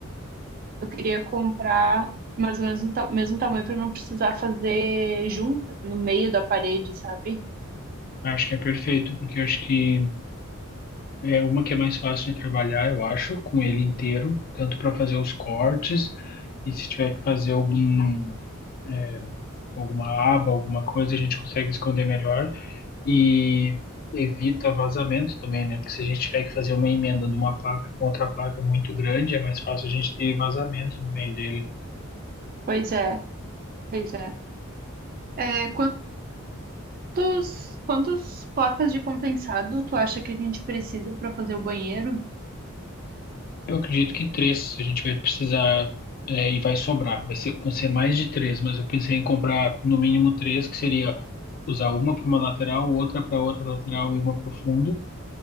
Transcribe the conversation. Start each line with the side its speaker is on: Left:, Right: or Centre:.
Right: Eu queria comprar mais ou menos do ta- mesmo tamanho para não precisar fazer junta no meio da parede, sabe?
Left: Acho que é perfeito, porque eu acho que É uma que é mais fácil de trabalhar, eu acho, com ele inteiro, tanto para fazer os cortes e se tiver que fazer algum, é, alguma aba, alguma coisa, a gente consegue esconder melhor e evita vazamento também, né? Porque se a gente tiver que fazer uma emenda de uma placa com outra placa muito grande, é mais fácil a gente ter vazamento no meio dele.
Right: Pois é, pois é. É, quantos, quantas placas de compensado tu acha que a gente precisa para fazer o banheiro?
Left: Eu acredito que três a gente vai precisar é, e vai sobrar. Vai ser, vão ser mais de três, mas eu pensei em comprar no mínimo três, que seria usar uma para uma lateral, outra para outra lateral e uma para o fundo.